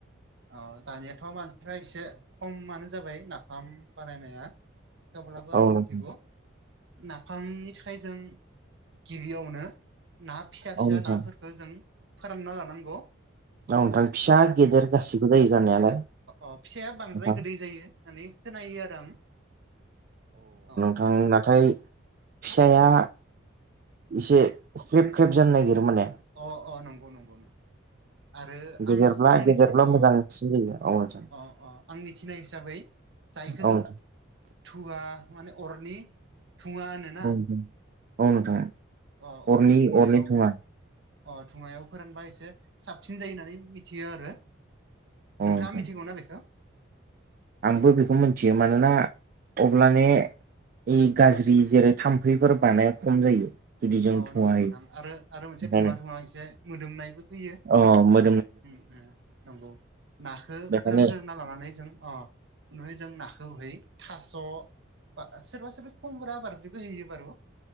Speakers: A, on the right; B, on the right.
A: अ दानियाथ' मानसिफ्रा एसे खमानो जाबाय नाफाम बानायनाया। थेवब्लाबो आं
B: औ नोंथां
A: मिथिगौ नाफामनि थाखाय जों गिबियावनो ना फिसा फिसा
B: औ नोंथां
A: नाफोर खौ जों फोरानना लानांगौ।
B: औ नोंथां फिसा गेदेर
A: अ
B: गासिबो जायो जानायालाय
A: अ फिसाया बांद्राय
B: नोंथां
A: गोदै जायो होननानै खोनायो आरो आं।
B: आं नाथाय फिसाया इसे ख्रेब ख्रेब जानो नागिरो माने।
A: अ अ नंगौ नंगौ नोंथां। आरो
B: गेदेरब्ला
A: आं आं मिथि
B: गेदेरब्ला
A: अ
B: मोजांसिन जायो औ नोंथां
A: अ अ आं मिथिनाय हिसाबै जायखौ
B: औ
A: जों
B: नोंथां
A: धुवा माने अरनि धुङा होनोना
B: औ नोंथां औ नोंथां
A: अ
B: अरनि
A: धुङायाव
B: अरनि धुङा
A: अ धुङायाव फोरानबा एसे साबसिन जायो होननानै मिथियो आरो।
B: औ
A: नोंथाङा
B: नोंथां
A: मिथिगौ ना बेखौ?
B: आंबो बेखौ मोनथियो मानोना अब्लाने बै गाज्रि जेरै थाम्फैफोर बानाया खम जायो। जुदि जों
A: अ
B: धुवा
A: नंगौ
B: होयो
A: नोंथां आरो आरो मोनसे
B: बेखायनो
A: धुङा धुङा एसे मोदोमनायबो फैयो
B: अ मो
A: उम उम नंगौ नाखौ
B: बेखायनो
A: फोरानग्रोना लानानै जों अ उनावहाय जों नाखौहै थास' बा सोरबा सोरबि खुमब्रा <unintelligible> बो होयो बारु